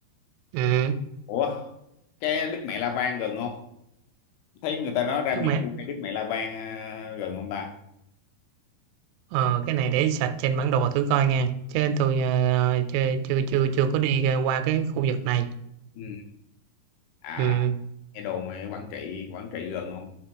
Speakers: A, on the right (about 85°); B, on the left (about 80°).
A: Ừ,
B: ủa cái Đức Mẹ La Vang gần không thấy người ta nói ra
A: trước
B: miền
A: mẹ.
B: Trung cái Đức Mẹ La Vang ờ, gần không ta
A: Ờ, cái này để sạch trên bản đồ thử coi nha. Chứ tôi ờ, chưa chưa chưa chưa có đi ra qua cái khu vực này.
B: ừ. à
A: Ừ.
B: nghe đồn ở Quảng Trị Quảng Trị gần không